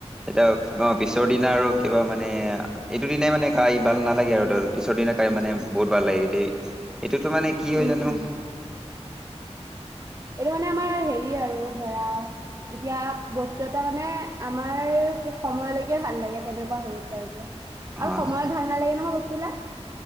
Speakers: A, in the centre; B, on the right (about 30°).
A: এতিয়া অ', পিছৰ দিনা আৰু কিবা মানে এইটো দিনাই মানে কাই ভাল নালাগে আৰু পিছৰ দিনা কাই মানে বহুত ভাল লাগে এ এইটোতো মানে কি হয়
B: উম
A: জানো
B: উম এইটো মানে আমাৰ হেৰি দি আৰু ধৰা এতিয়া বস্তু এটা মানে আমাৰ সময়লৈকে ভাল লাগে তেনেকুৱা হৈছে আৰু এতিয়া। আৰু
A: হয়
B: সময়ত ভাল নালাগে নহয় বস্তুবিলাক।